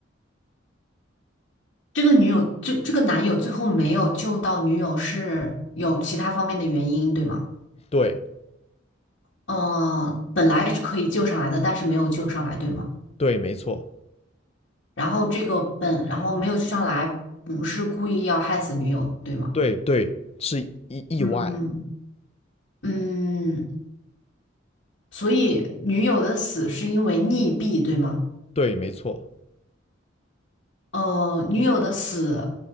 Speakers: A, on the left (about 65°); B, on the left (about 30°).
A: 这个女友，这这个男友最后没有救到女友，是有其他方面的原因，对吗？
B: 对
A: 嗯，本来是可以救上来的，但是没有救上来，对吗？
B: 对，没错，
A: 然后这个本，然后没有救上来，不是故意要害死女友，对吗？
B: 对对，是意意外，
A: 嗯嗯，所以女友的死是因为溺毙，对吗？
B: 对，没错。
A: 呃，女友的死